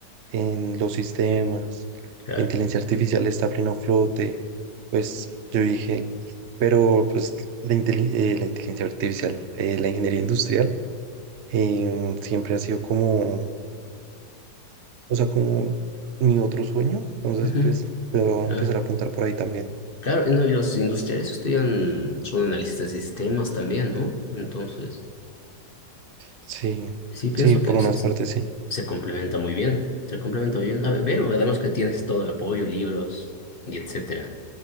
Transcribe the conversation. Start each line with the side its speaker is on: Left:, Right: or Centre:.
Right: en los sistemas,
Left: Claro.
Right: la inteligencia artificial está a pleno flote. Pues yo dije, pero pues la, inteli- eh, la inteligencia artificial, eh, la ingeniería industrial, em, siempre ha sido como, o sea, como mi otro sueño. Entonces,
Left: Ujú,
Right: pues puedo
Left: Claro.
Right: empezar a apuntar por ahí también.
Left: Claro, no, y los industriales estudian, son analistas de sistemas también, ¿no? Entonces,
Right: Sí,
Left: sí pienso
Right: sí, por
Left: que
Right: unas
Left: se, se-
Right: partes sí.
Left: se complementa muy bien, se complementa muy bien. A ver, velo, además que tienes todo el apoyo, libros y etcétera,